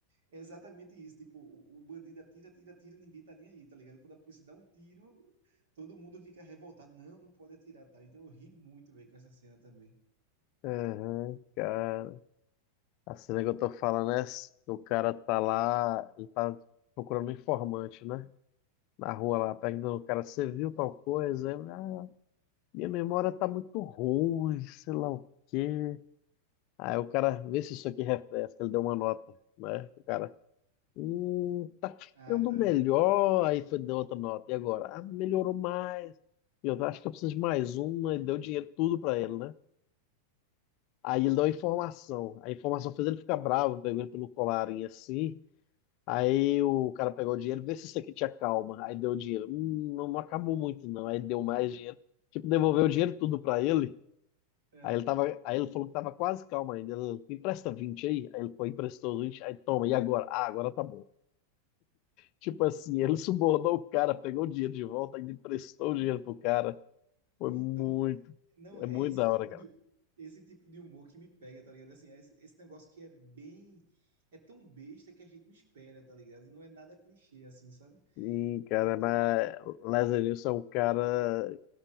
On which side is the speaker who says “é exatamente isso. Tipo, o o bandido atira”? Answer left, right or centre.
Right